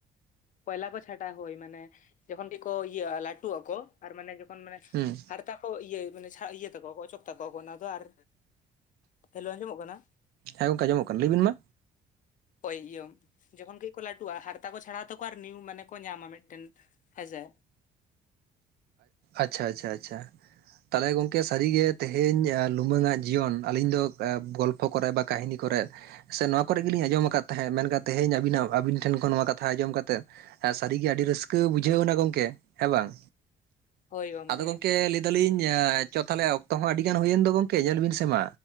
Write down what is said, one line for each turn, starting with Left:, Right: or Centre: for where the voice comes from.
Left: ᱠᱚᱭᱞᱟ ᱠᱚ ᱪᱷᱟᱰᱟ ᱦᱳᱭ ᱢᱟᱱᱮ ᱡᱚᱠᱷᱚᱱ ᱜᱮᱠᱚ ᱤᱭᱟᱹᱜᱼᱟ ᱞᱟᱹᱴᱩᱜ ᱟᱠᱚ ᱟᱨ ᱢᱟᱱᱮ ᱡᱚᱠᱷᱚᱱ ᱢᱟᱱᱮ
Right: ᱦᱩᱸ
Left: ᱦᱟᱨᱛᱟ ᱠᱚ ᱤᱭᱟᱹ ᱢᱟᱱᱮ ᱪᱷᱟᱲᱟᱣ ᱤᱭᱟᱹ ᱛᱟᱠᱚᱣᱟ ᱠᱚ ᱚᱪᱚᱠ ᱛᱟᱠᱚᱣᱟ ᱠᱚ ᱚᱱᱟ ᱫᱚ ᱟᱨ ᱦᱮᱞᱳ ᱟᱸᱡᱚᱢᱚᱜ ᱠᱟᱱᱟ᱾
Right: ᱦᱮᱸ ᱜᱚᱝᱠᱮ ᱟᱡᱚᱢᱚᱜ ᱠᱟᱱᱟ ᱞᱟᱹᱭᱵᱤᱱ ᱢᱟ
Left: ᱦᱳᱭ ᱤᱭᱟᱹ ᱡᱚᱠᱷᱚᱱ ᱜᱮᱠᱚ ᱞᱟᱹᱴᱩᱜᱼᱟ ᱦᱟᱨᱛᱟ ᱠᱚ ᱪᱷᱟᱲᱟ ᱛᱟᱠᱚ ᱟᱨ ᱱᱤᱭᱩ ᱢᱟᱱᱮ ᱠᱚ ᱧᱟᱢᱟ ᱢᱤᱫᱴᱮᱱ ᱦᱮᱸᱥᱮ
Right: ᱟᱪᱪᱷᱟ ᱟᱪᱪᱷᱟ ᱟᱪᱪᱷᱟ ᱛᱟᱦᱚᱞᱮ ᱜᱚᱝᱠᱮ ᱥᱟᱹᱨᱤᱜᱮ ᱛᱮᱦᱮᱧ ᱞᱩᱢᱟᱹᱝ ᱟᱜ ᱡᱤᱭᱚᱱ ᱟᱞᱤᱧ ᱫᱚ ᱜᱚᱞᱯᱚ ᱠᱚᱨᱮ ᱵᱟ ᱠᱟᱹᱦᱱᱤ ᱠᱚ ᱠᱚᱨᱮᱫ ᱥᱮ ᱱᱚᱣᱟ ᱠᱚᱨᱮ ᱜᱮᱞᱤᱧ ᱟᱸᱡᱚᱢ ᱟᱠᱟᱫ ᱛᱟᱦᱮᱸᱫ ᱢᱮᱱᱠᱷᱟᱱ ᱛᱮᱦᱤᱧ ᱟᱵᱤᱱᱟ ᱟᱵᱤᱱ ᱴᱷᱮᱱ ᱠᱷᱚᱱ ᱱᱚᱣᱟ ᱠᱟᱛᱷᱟ ᱟᱸᱡᱚᱢ ᱠᱟᱛᱮᱫ ᱦᱮᱸ ᱥᱟᱹᱨᱤ ᱜᱮ ᱟᱹᱰᱤ ᱨᱟᱹᱥᱠᱟᱹ ᱵᱩᱡᱷᱟᱹᱣ ᱮᱱᱟ ᱜᱚᱝᱠᱮ ᱦᱮᱸ ᱵᱟᱝ
Left: ᱦᱳᱭ ᱜᱚᱢᱠᱮ
Right: ᱟᱫᱚ ᱜᱚᱝᱠᱮ ᱞᱟᱹᱭ ᱫᱟᱞᱤᱧ ᱪᱚ ᱛᱟᱦᱞᱮ ᱚᱠᱛᱚ ᱦᱚᱸ ᱟᱹᱰᱤ ᱜᱟᱱ ᱦᱩᱭᱮᱱ ᱫᱚ ᱜᱚᱝᱠᱮ ᱧᱮᱞ ᱵᱤᱱ ᱥᱮ ᱢᱟ